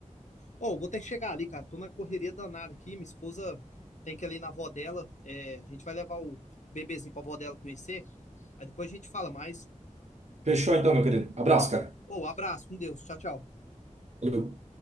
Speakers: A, on the left; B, on the right.
A: Ó, vou ter que chegar ali, cara. Tô na correria danada aqui. Minha esposa tem que ir ali na avó dela. É, a gente vai levar o bebezinho pra avó dela conhecer. Aí depois a gente fala mais.
B: Fechou então, meu querido. Abraço, cara.
A: Ô, abraço, com Deus. Tchau, tchau.
B: Valeu.